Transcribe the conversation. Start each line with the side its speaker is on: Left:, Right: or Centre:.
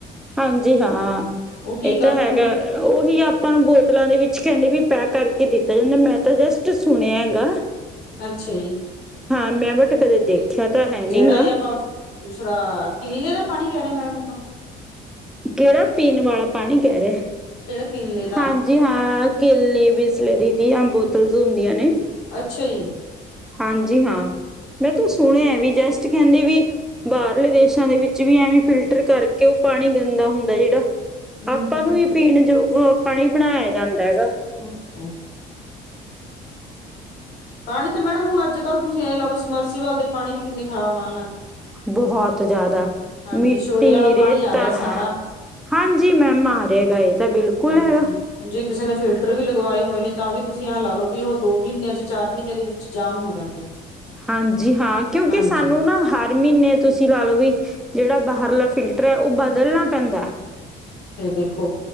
Centre: ਹਾਂਜੀ ਹਾਂ
Left: ਉਹ ਕੀ
Centre: ਏ ਤਾਂ
Left: ਕਰਨ
Centre: ਹੈਗਾ।
Left: ਫਿਰ
Centre: ਉਹੀ ਆਪਾਂ ਨੂੰ ਬੋਤਲਾਂ ਦੇ ਵਿੱਚ ਕਹਿੰਦੇ ਵੀ ਪੈਕ ਕਰਕੇ ਦਿੱਤਾ ਜਾਂਦਾ ਮੈਂ ਤਾਂ ਜਸਟ ਸੁਣਿਆ ਗਾ।
Left: ਅੱਛਾ ਜੀ।
Centre: ਹਾਂ ਮੈਂ ਬਟ ਕਦੇ
Left: ਤੇ
Centre: ਦੇਖਿਆ ਤਾਂ ਹੈ ਨਹੀਂਗਾ
Left: ਜਿਹੜਾ ਏ ਆਪਾਂ ਦੂਸਰਾ ਕਿੱਲੇ ਦਾ ਪਾਣੀ ਕਹਿ ਰਹੇ ਮੈਡਮ ਆਪਾਂ?
Centre: ਕੇੜਾ ਪੀਣ ਵਾਲਾ ਪਾਣੀ ਕਹਿ ਰਿਆ।
Left: ਕਿਲੇ
Centre: ਹਾਂਜੀ ਹਾਂ ਕੇਲੇ ਬਿਸਲੇਰੀ ਦੀਆਂ ਬੋਤਲਸ ਹੁੰਦੀਆਂ ਨੇ।
Left: ਅੱਛਾ ਜੀ
Centre: ਹਾਂਜੀ ਹਾਂ ਮੈਂ ਤਾਂ ਸੁਣਿਆ ਵੀ ਜਸਟ ਕਹਿੰਦੇ ਵੀ ਬਾਹਰਲੇ ਦੇਸਾਂ ਦੇ ਵਿੱਚ ਵੀ ਐਵੇਂ ਫਿਲਟਰ ਕਰਕੇ ਓ ਪਾਣੀ ਗੰਦਾ ਹੁੰਦਾ ਜੇੜਾ ਆਪਾਂ
Left: ਹਮ
Centre: ਨੂੰ
Left: ਹਮ
Centre: ਈ ਪੀਣ ਜੋਗ ਪਾਣੀ ਬਣਾਇਆ ਜਾਂਦਾ ਗਾ।
Left: <inaudible> ਪਾਣੀ ਤਾਂ ਮੈਡਮ ਹੁਣ ਅੱਜ-ਕੱਲ ਤੁਸੀਂ ਏ ਦਾ ਲੋ ਸਮਰਸੀਵਾਲ ਦੇ ਪਾਣੀ ਵੀ ਕਿੰਨੇ ਖ਼ਰਾਬ ਆਣ ਲੱਗ
Centre: ਬਹੁਤ ਜਾਦਾ
Left: ਹਾਂਜੀ
Centre: ਮਿੱਟੀ,
Left: ਸ਼ੋਰੇ ਵਾਲਾ
Centre: ਰੇਤਾ।
Left: ਪਾਣੀ ਆ ਰਿਹਾ ਸਾਰਾ
Centre: ਹਾਂਜੀ ਮੈਮ ਆ ਰਿਆ ਹੈਗਾ ਏਹ ਤਾਂ ਬਿਲਕੁਲ
Left: ਹਾਂਜੀ।
Centre: ਹੈਗਾ।
Left: ਜੇ ਕਿਸੇ ਨੇ ਫਿਲਟਰ ਵੀ ਲਗਵਾਏ ਹੋਏ ਨੇ ਤਾਂ ਵੀ ਤੁਸੀ ਐ ਲਾ ਲੋ ਵੀ ਓ ਦੋ ਮਹੀਨਿਆਂ ਚ ਚਾਰ ਮਹੀਨਿਆਂ ਦੇ ਵਿੱਚ ਜਾਮ ਹੋ ਜਾਂਦੇ ਨੇ।
Centre: ਹਾਂਜੀ ਹਾਂ ਕਿਉਕਿ
Left: ਹਾਂਜੀ
Centre: ਸਾਨੂੰ ਨਾ ਹਰ ਹਰ ਮਹੀਨੇ ਤੁਸੀਂ ਲਾ ਲੋ ਵੀ ਜੇੜਾ ਬਾਹਰਲਾ ਫਿਲਟਰ ਐ ਓ ਬਦਲਣਾ ਪੈਂਦਾ।
Left: ਏਹ ਦੇਖੋ